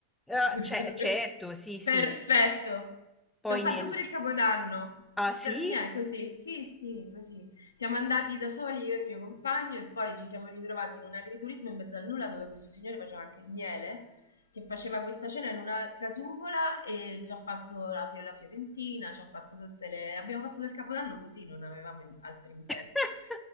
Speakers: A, in the centre; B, on the left (about 70°).
A: Eh,
B: <laughs>
A: c'è- certo, sì, sì.
B: Perfetto.
A: Poi
B: Ci ho fatto
A: nel...
B: pure il Capodanno.
A: Ah,
B: D-
A: sì?
B: Niente, così. Sì, sì, così. Siamo andati da soli io e il mio compagno e poi ci siamo ritrovati in un agriturismo in mezzo al nulla dove questo signore faceva anche il miele che faceva questa cena in una casupola e ci ha fatto la, la fiorentina, ci ha fatto tutte le... Abbiamo passato il capodanno così, non avevamo in- altri intenti.
A: <laughs>